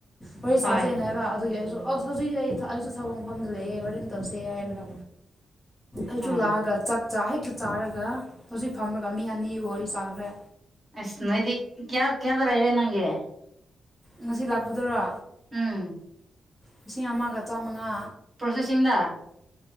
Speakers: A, on the left (about 20°); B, on the right (about 25°).
A: ꯋꯥꯔꯤ
B: ꯍꯣꯏ
A: ꯁꯥꯖꯩꯑꯅ ꯍꯥꯏꯕ ꯑꯗꯨꯒꯤ ꯑꯣꯁ ꯍꯧꯖꯤꯛ ꯑꯩ ꯑꯩꯁꯨ ꯊꯥꯕꯛ ꯃꯐꯝꯗ ꯂꯩꯌꯦꯦ ꯍꯣꯔꯦꯟ ꯇꯧꯁꯦ ꯍꯥꯏꯔꯒ ꯑꯩꯁꯨ
B: ꯎꯝ
A: ꯂꯥꯛꯑꯒ ꯆꯥꯛ ꯆꯥ ꯍꯦꯛꯇ ꯆꯥꯔꯒ ꯍꯧꯖꯤꯛ ꯐꯝꯃꯒ ꯃꯤ ꯑꯅꯤ ꯋꯥꯔꯤ ꯆꯥꯈ꯭ꯔꯦ
B: ꯑꯁ ꯅꯣꯗꯤ ꯀꯌꯥ ꯀꯌꯥꯗ꯭ꯔ ꯏꯦ ꯅꯪꯦ
A: ꯉꯁꯤ ꯂꯥꯛꯄꯗꯔꯥ
B: ꯎꯝ
A: ꯂꯤꯁꯤꯡ ꯑꯃꯒ ꯆꯥꯝꯃꯉꯥ
B: ꯄ꯭ꯔꯣꯁꯦꯁꯤꯡꯗ